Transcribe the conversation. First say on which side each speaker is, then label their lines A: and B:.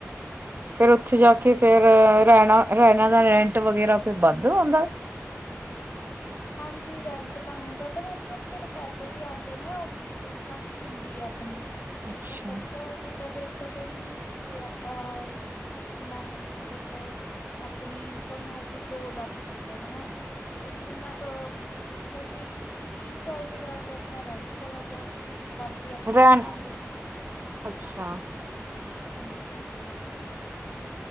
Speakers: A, on the right; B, on the left.
A: ਫੇਿਰ ਉੱਥੇ ਜਾ ਕੇ ਫੇਿਰ ਰਹਿਣਾ ਰਹਿਣਾ ਦਾ ਰੈਂਟ ਵਗੈਰਾ ਫ ਵੱਧ ਆਉਂਦਾ।
B: ਹਾਂਜੀ ਰੈਂਟ ਤਾਂ ਹੁੰਦਾ ਪਰ ਉਨੇ ਫਿਰ ਪੈਸੇ ਵੀ ਆਉਂਦੇ ਨਾ ਨੀ। ਇਨਕਮ ਵੀ ਹੁੰਦੀ ਹੈ ਆਪਣੀ
A: ਅੱਛਾ।
B: ਇਨਕਮ ਵਧੀਆ ਹੋਵੇ। ਤਾਂ ਫਿਰ ਤਾਂ ਕੋਈ ਨੀ ਜੇ ਆਪਾਂ ਮੰਨ ਕੇ ਚਲੋ। ਆਪਣੀ ਇਨਕਮ ਹੋ ਗਈ ਦੋ ਲੱਖ ਰੁਪਏ ਹਨਾ ਉਹਗੁਨਾ। ਕ ਫਿਰ ਵੀ ਤੀਹ ਚਾਲੀ ਹਜ਼ਾਰ ਆਪਣਾ ਰੈਂਟ ਚਲਾ ਗਿਆ ਬਾਕੀ ਆਪਣੇ
A: ਰਹਿਣ
B: ਹੀ ਆਉਂਦੇ ਨੇ।
A: ਅੱਛਾ।
B: ਹਾਂਜੀ।